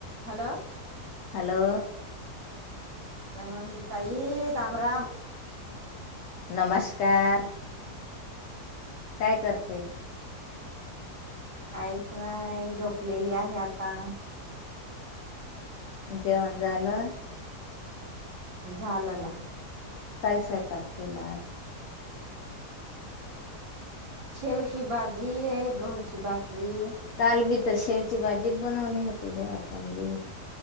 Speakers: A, on the right; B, on the left.
A: Hello.
B: Hello.
A: Dhanwanti ताई, राम राम.
B: नमस्कार. काय करते?
A: आई काय झोपलेली आहे आता.
B: जेवण झालं?
A: झालंना.
B: काय स्वयंपाक केला आज?
A: शेवशी बाजी हाय, गहूची बाक री.
B: काल बी तर शेवची भाजी बनवली होती गं कमली.